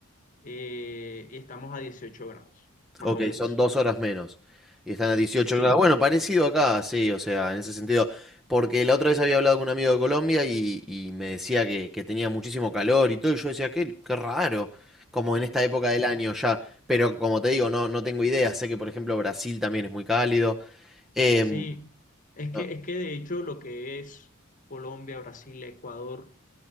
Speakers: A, on the left; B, in the centre.
A: eh, y estamos a 18 grados, más
B: Ok,
A: o menos.
B: son dos horas menos. Y están a dieciocho
A: Sí,
B: grados. Bueno, parecido acá, sí, o sea, en ese sentido. Porque la otra vez había hablado con un amigo de Colombia y, y me decía que, que tenía muchísimo calor y todo. Y yo decía, qué, qué raro. Como en esta época del año ya. Pero como te digo, no, no tengo idea. Sé que, por ejemplo, Brasil también es muy cálido. Em,
A: sí. Es
B: no,
A: que, es que de hecho lo que es Colombia, Brasil, Ecuador,